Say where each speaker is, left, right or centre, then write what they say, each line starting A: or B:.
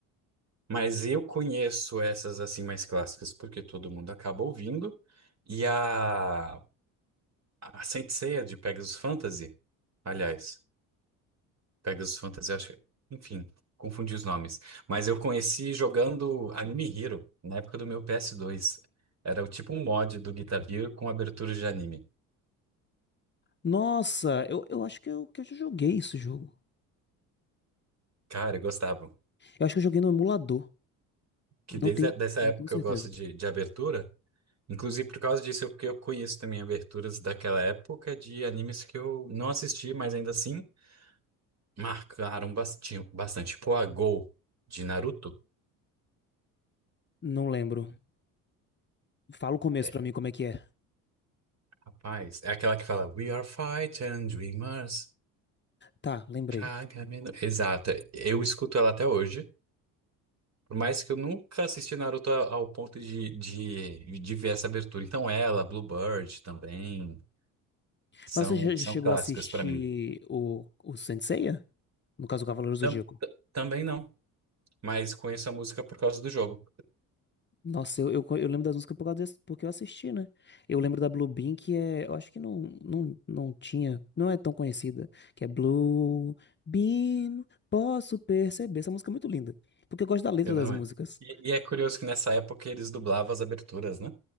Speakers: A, on the right; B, on the left.
A: Mas eu conheço essas assim mais clássicas, porque todo mundo acaba ouvindo. E a, a Saint Seiya de Pegasus Fantasy, aliás. Pegasus Fantasy, acho que... Enfim, confundi os nomes. Mas eu conheci jogando Anime Hero, na época do meu ps dois. Era o tipo um mod do Guitar Hero com abertura de anime.
B: Nossa, eu, eu acho que eu, que eu já joguei esse jogo.
A: Cara, eu gostava.
B: Eu acho que eu joguei no emulador.
A: Que
B: Não
A: desde
B: tenho,
A: a- dessa
B: não
A: época
B: tenho certeza.
A: eu gosto de, de abertura. Inclusive, por causa disso, eu, que eu conheço também aberturas daquela época de animes que eu não assisti, mas ainda assim marcaram bastante. bastante. Tipo a Go de Naruto.
B: Não lembro. Fala o começo
A: É,
B: pra mim como é que é.
A: rapaz, é aquela que fala We are fighting dreamers.
B: Tá, lembrei.
A: Caraca, menor. Exato. Eu escuto ela até hoje, por mais que eu nunca assisti Naruto a- ao ponto de, de, de ver essa abertura. Então ela, Bluebird também, são,
B: Mas você já,
A: são
B: já chegou
A: clássicas
B: a assistir
A: pra mim.
B: o, o Saint Seiya? No caso, o Cavaleiro do
A: Tam-
B: Zodíaco.
A: também não, mas conheço a música por causa do jogo.
B: Nossa, eu, eu, eu lembro das músicas por causa desse, porque eu assisti, né? Eu lembro da Blue Bean, que é. Eu acho que não, não, não tinha. Não é tão conhecida. Que é Blue Bean, posso perceber. Essa música é muito linda. Porque eu gosto da letra
A: Eu
B: das
A: não
B: músicas.
A: é. E, e é curioso que nessa época eles dublavam as aberturas, né?